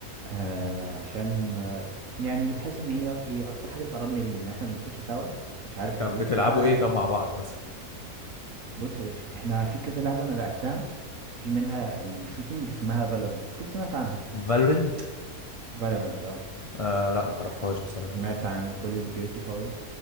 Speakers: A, on the right; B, on the left.
A: آه عشان آه يعني بتحس ان هي ايه اكتر حاجه بتقربني ليهم يعني احنا بنخش سوا مش عارف
B: طب
A: جروب
B: بتلعبوا
A: كده
B: ايه طب مع بعض مثلا
A: بص يا باشا احنا في كذا لعبه انا لعبتها في منها الشوتينج اسمها فالورنت اكيد سمعت عنها
B: فالورنت
A: فالورنت
B: آه لا ما اعرفهاش بصراحه
A: سمعت عن كول اوف ديوتي طيب